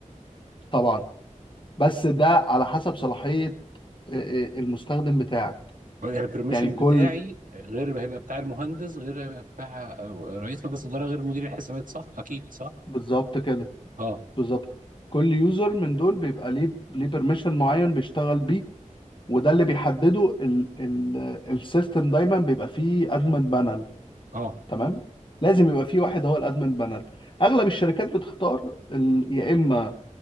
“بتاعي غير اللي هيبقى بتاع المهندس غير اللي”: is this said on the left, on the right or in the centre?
Right